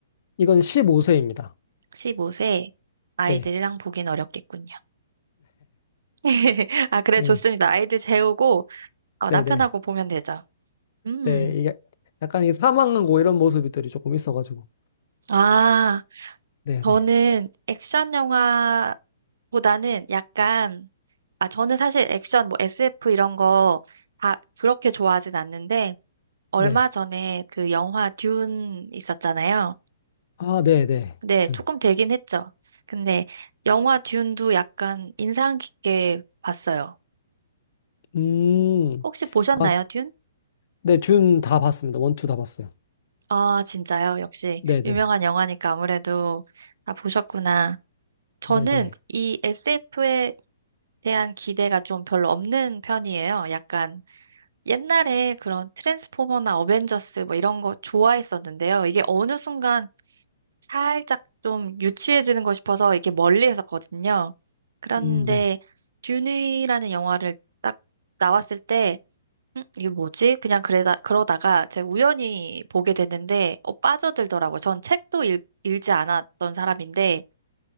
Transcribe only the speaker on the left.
이건 15세입니다.
네,
네,
네,
네.
네, 이게 약간 이 사망하고 이런 모습들이 조금 있어가지고.
네,
네,
네.
아, 네, 네.
준.
음,
아,
네, 준 다 봤습니다. 원, 투 다 봤어요.
네, 네,
네, 네.
음, 네.